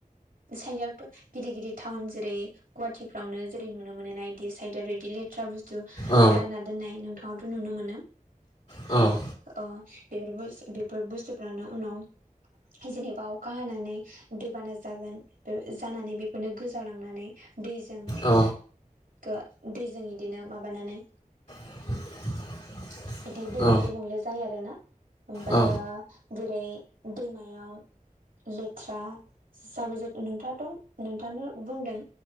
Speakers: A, on the right; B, on the left.
A: साइदआवथ' गिदिर-गिदिर टाउन जेरै गुवाहाटिफ्रावनो जेरै नुनो मोनोना इदि साइडआदि लेट लेथ्रा बुस्तु
B: औ
A: गारना दोननाय नोंथांआथ' नुनो मोनो
B: औ
A: ओ बे <unintelligible> र बेफोर बुस्थुफ्रानो उनाव जेनेबा अखा हानानै दैबाना जागोन बे जानानै बेफोरनो गोजाव लांनानै दैजों
B: औ
A: गो दैजों इदिनो माबानानै
B: <inaudible>
A: बिदि दैया
B: औ
A: गुबुंले जायो आरो ना ओमफायो
B: औ
A: जेरै दैमायाव लेथ्रा जाबोर जो नोंथाङाथ' नोंथाङानो बुंदों।